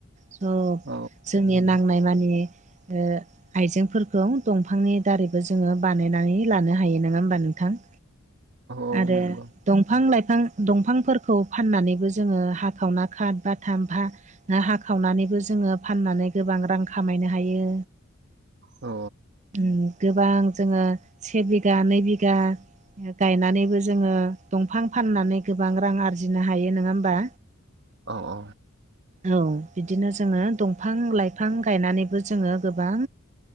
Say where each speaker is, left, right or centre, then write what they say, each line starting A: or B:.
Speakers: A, on the right; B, on the right.
A: सब
B: औ
A: जोंनि नांनाय मानि ओ आइजेंफोरखौ दंफांनि दारैबो जोङो बानायनानै लानो हायो नङा होमबा नोंथां?
B: औ
A: आरो
B: नंगौ
A: दंफां लाइफां दंफांफोरखौ फाननानैबो जोङो हाखावना खाथ बाथाम फा ना हाखावनानैबो जोङो फाननानै गोबां रां खामायनो हायो।
B: अ
A: ओम गोबां जोङो से बिघा नै बिघा गायनानैबो जोङो दंफां फाननानै गोबां रां आरजिनो हायो नोङा होमबा।
B: अ अ
A: औ बिदिनो जोङो दंफां लाइफां गायनानैबो जोङो गोबां